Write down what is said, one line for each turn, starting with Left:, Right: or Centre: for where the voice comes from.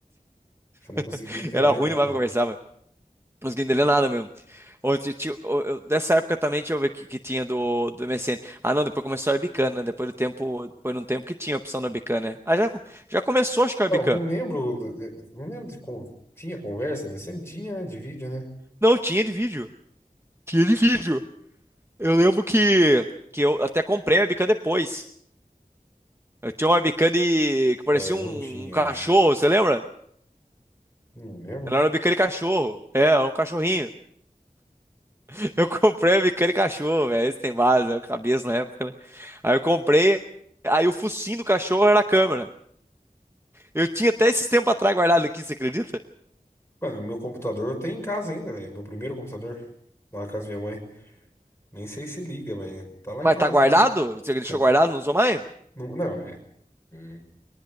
Left: Eu não
Right: <laughs>
Left: conseguia entender
Right: Era ruim
Left: nada.
Right: demais pra conversar, mano. Não conseguia entender nada mesmo. Ou ti- ti- ou- eu- dessa época também, deixa eu ver o que, que tinha do, do MSN. Ah, não, depois começou a Webcam, né? Depois do tempo, depois de um tempo que tinha a opção da Webcam, né? Ah, já, co- já começou, acho que a
Left: Não,
Right: Webcam.
Left: não lembro. do- Não lembro de como. Tinha conversa, né? Sempre tinha, né? De vídeo, né?
Right: Não, tinha de vídeo. Tinha de vídeo. Eu lembro que, que eu até comprei a webcam depois. Eu tinha uma webcam de, que parecia
Left: É, eu
Right: um,
Left: não tinha,
Right: um cachorro,
Left: acho.
Right: você lembra?
Left: Não lembro.
Right: Ela era uma webcam de cachorro. É, era um cachorrinho. <laughs> Eu comprei a webcam de cachorro, velho. Esse tem base, a cabeça na época, né? Aí eu comprei, aí o focinho do cachorro era a câmera. Eu tinha até esses tempos atrás guardado aqui, você acredita?
Left: Mano, o meu computador eu tenho em casa ainda, velho. Meu primeiro computador. Lá na casa da minha mãe. Nem sei se liga, mas tá lá
Right: Mas
Left: em casa
Right: tá guardado?
Left: ainda.
Right: Você deixou
Left: <laughs> Tá-
Right: guardado, não usou mais?
Left: Não, não, é. Hum,